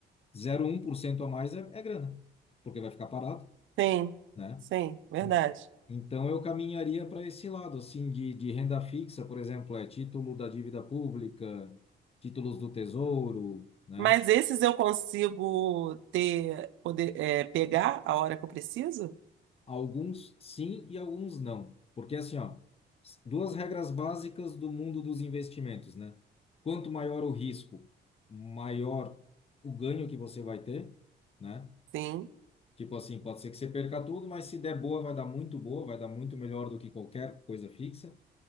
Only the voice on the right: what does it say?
Sim,
sim, verdade.
Mas esses eu consigo ter, poder, é, pegar a hora que eu preciso?
Sim.